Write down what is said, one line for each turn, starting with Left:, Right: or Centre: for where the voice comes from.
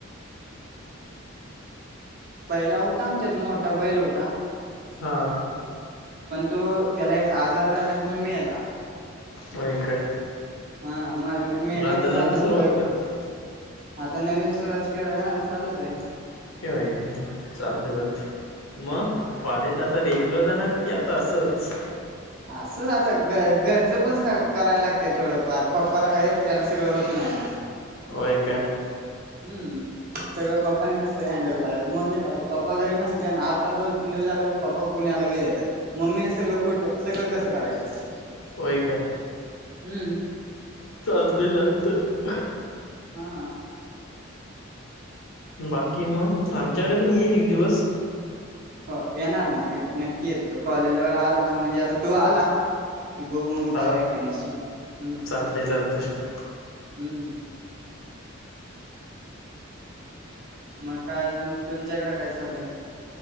Right: पहिला हुता आमच्यात मोठा बैल हुता
Left: हा.
Right: पण तो त्याला एक आजार झाल्यानं, तो मेला
Left: होय काय
Right: हा मरल्या मेल्यामुळं
Left: मग नवीन
Right: आता
Left: सुरुवात
Right: बै
Left: करतो
Right: आता नवीन सुरवात <unintelligible> हा चालूच आय.
Left: काय काय, चालतंय चालतंय म कॉलेजला आता रेग्युलर जाणार की आता असंच?
Right: असंच आता घ घरचं पण सग कराय लागतय थोडंफार, पप्पाला काय एकट्याला सगळं होत नाय.
Left: होय काय?
Right: हम्म. सगळं पप्पानी कसं हँडल करायच, म <unintelligible> मी पप्पा घरी नसले‌ना, आता दोन तीन दिवस झाल पप्पा पुण्या ला गेल्यातं मम्मी न सगळं कुठं, सगळं कसं करायचं.
Left: व्हय काय?
Right: हम्म
Left: चालतंय चालतंय अह
Right: हा.
Left: बाकी म आमच्याकडे पण ये एक दिवस
Right: हो येणार ना, एक नक्की येतो कॉलेजवर आलो <unintelligible> म्हणजे आता तू आला कि बघू मंग
Left: हा
Right: जावू एखांद्याशी हम्
Left: चालतंय चालतंय
Right: हम्म मग काय अजून तुमच्याकडे काय चालूय?